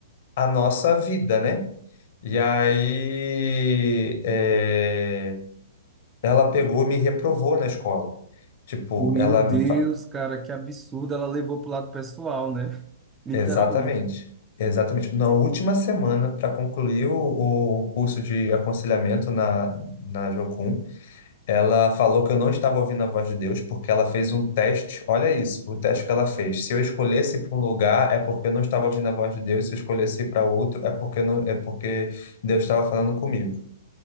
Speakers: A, on the left; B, on the right.
A: a nossa vida, né? E aí, é, ela pegou, e me reprovou na escola. Tipo,
B: Meu
A: ela
B: Deus,
A: me fa-
B: cara, que absurdo. Ela levou pro lado pessoal, né? Literalmente.
A: Exatamente, exatamente. Na última semana, para concluir o, o curso de aconselhamento na, na Jocum, ela falou que eu não estava ouvindo a voz de Deus porque ela fez um teste. Olha isso, o teste que ela fez. Se eu escolhesse para um lugar, é porque eu não estava ouvindo a voz de Deus. Se eu escolhesse para outro, é porque eu não, é porque Deus estava falando comigo.